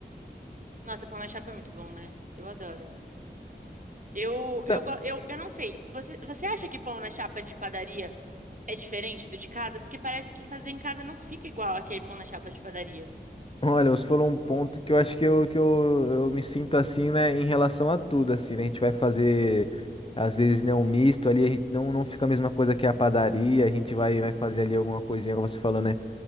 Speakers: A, on the right; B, on the left.
A: Nossa, pão na chapa é muito bom, né? Eu adoro. Eu,
B: Então,
A: eu, go- eu, eu não sei. Você, você acha que pão na chapa de padaria é diferente do de casa? Porque parece que fazer em casa não fica igual aquele pão na chapa de padaria.
B: olha, você falou um ponto que eu acho que eu, que eu, eu me sinto assim, né, em relação a tudo, assim, né? A gente vai fazer, às vezes, né, um misto ali, a gente não, não fica a mesma coisa que a padaria, a gente vai, vai fazer ali alguma coisinha, como você falou, né?